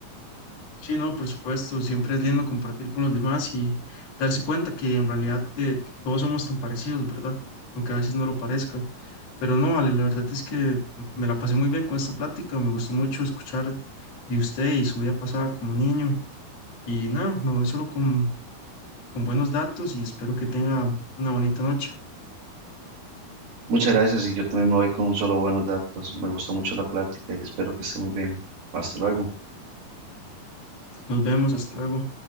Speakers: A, on the left (about 45°); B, on the right (about 70°).
A: Sí, no, por supuesto, siempre es lindo compartir con los demás y darse cuenta que en realidad eh, todos somos tan parecidos, ¿verdad? Aunque a veces no lo parezca. Pero no, vale, la verdad es que me la pasé muy bien con esta plática, me gustó mucho escuchar de usted y su vida pasada como niño. Y nada, me voy solo con, con buenos datos y espero que tenga una bonita noche.
B: Muchas gracias y yo también me voy con solo buenos datos, me gustó mucho la plática y espero que esté muy bien, hasta luego.
A: Nos vemos, hasta luego.